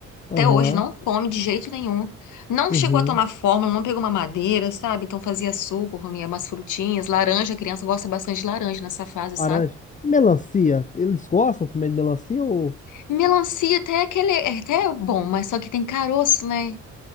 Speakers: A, on the left (about 25°); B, on the left (about 80°).
A: Aham.
B: Até hoje não come de jeito nenhum. Não
A: Uhum.
B: chegou a tomar fórmula, não pegou uma madeira, sabe? Então fazia suco, comia umas frutinhas, laranja, a criança gosta bastante de laranja nessa fase,
A: Laranja.
B: sabe?
A: Melancia. Eles gostam também de melancia ou
B: Melancia até é aquele, é até bom, mas só que tem caroço, né?